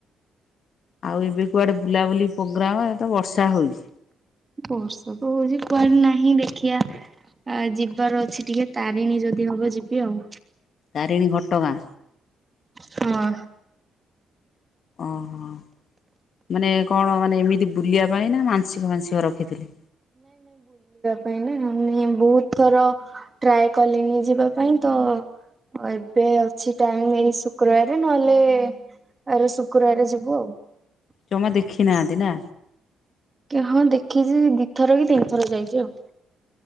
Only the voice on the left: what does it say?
ଆଉ ଏବେ କୁଆଡେ ବୁଲାବୁଲି ପ୍ରୋଗ୍ରାମ ଏ ତ ବର୍ଷା ହଉଛି।
ତାରିଣୀ ଘଟଗାଁ।
ଓହୋ। ମାନେ କଣ ମାନେ ଏମିତି ବୁଲିବା ପାଇଁ ନା। ମାଂସିକ ମାାନଂସିକ ରଖିଥିଲେ।
ଜମା ଦେଖି ନାହାଁନ୍ତି ନା?